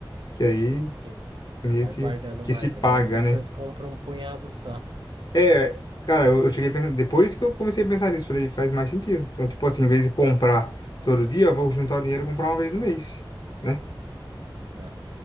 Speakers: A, on the left; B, on the right.
A: Que aí
B: E
A: meio
B: Vai
A: que,
B: guardando uma
A: que se
B: grana,
A: paga,
B: depois
A: né?
B: compra um punhado só,
A: É, cara, eu, eu cheguei a pensar, depois que eu comecei a pensar nisso, falei, faz mais sentido. Então, tipo assim, em vez de comprar todo dia, eu vou juntar o dinheiro e comprar uma vez no mês. né?
B: né?